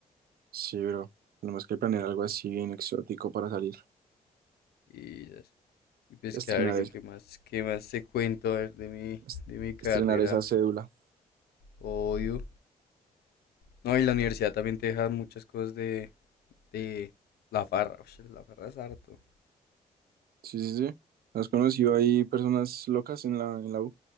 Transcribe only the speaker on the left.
Y, esas. y pues
que a ver, yo
qué más, qué más te cuento a ver, de mi,
de mi carrera.
Obvio. No, y la universidad también te deja muchas cosas de, de la farra. ush, la farra es harto.